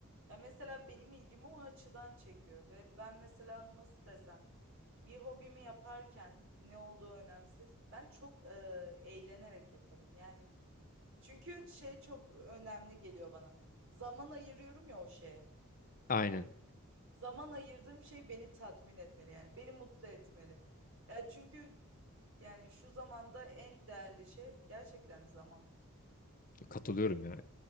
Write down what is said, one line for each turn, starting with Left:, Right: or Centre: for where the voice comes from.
Right: Ya mesela benim ilgimi o açıdan çekiyor ve ben mesela nasıl desem bir hobimi yaparken ne olduğu önemsiz. Ben çok e, eğlenerek yaparım. Yani Çünkü şey çok önemli geliyor bana. Zaman ayırıyorum ya o şeye.
Left: Aynen
Right: Zaman ayırdığım şey beni tatmin etmeli yani beni mutlu etmeli. Ya çünkü yani şu zamanda en değerli şey gerçekten zaman.
Left: katılıyorum yani.